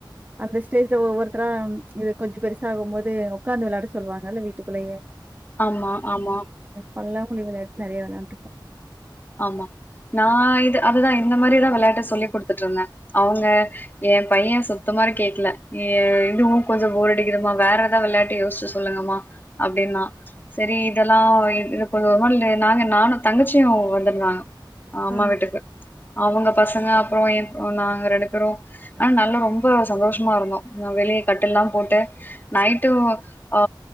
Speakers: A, on the right; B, on the left.
A: அந்த ஸ்டேஜ்ல ஒவ்வொருத்தரா ச் இது கொஞ்சோ பெருசாகு போது ஒக்காந்து விளாட சொல்லுவாங்கல்ல வீட்டுக்குள்ளயே
B: ஆமா ஆமா
A: பல்லாங்குழி விளையாட்டு நெறைய விளையாண்டுருக்கோ
B: ஆமா நா இது அதுதா இந்த மாரிதா விளையாட்ட சொல்லி் குடுத்துட்டுருந்தே அவுங்க எ பையே சுத்தமாரி கேக்கல எ இதுவு கொஞ்சோ போர் அடிக்குதுமா வேற ஏதாது விளையாட்டு யோசிச்சு சொல்லுங்கம்மா அப்டின்னா சரி இதல்லா இது கொஞ்சோ ஒரு மாரி லெ நாங்க நானு தங்கச்சியு வ நா அம்மா
A: ஆ
B: வீட்டுக்கு அவங்க பசங்க அப்புற என் நாங்க ரண்டு பேரு ஆனா நல்லா ரொம்ப சந்தோஷமா இருந்தோ வெளிய கட்டில்லாம் போட்டு நைட்டு ஆ